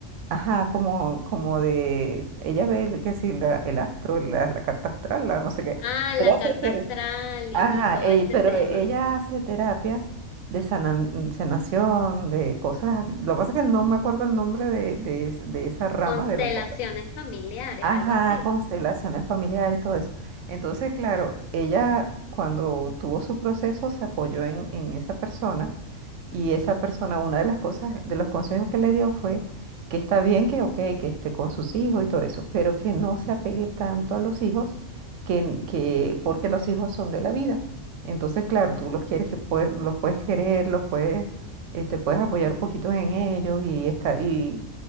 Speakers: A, on the right; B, on the left.
A: ajá, como, como de, ella ve el- que si la- el astro, la, la carta astral, la no sé qué,
B: Ah,
A: pero
B: la
A: hace,
B: carta
A: ter-
B: astral y,
A: ajá,
B: y todo
A: e-
B: este
A: pero
B: tema.
A: ella hace terapias de sana- sanación, de cosas, lo que pasa es que no me acuerdo el nombre de, de es- de esa rama
B: Constelaciones
A: de la cosa.
B: familiares,
A: Ajá,
B: algo así.
A: constelaciones familiares, todo eso. Entonces, claro, ella cuando tuvo su proceso se apoyó en, en esa persona y esa persona, una de las cosas, de los consejos que le dio fue que está bien que, ok, que esté con sus hijos y todo eso, pero que no se apegue tanto a los hijos que, que porque los hijos son de la vida. Entonces, claro, tú los quieres que puedes, los puedes querer, los puedes, eh, te puedes apoyar un poquito en ellos y está, y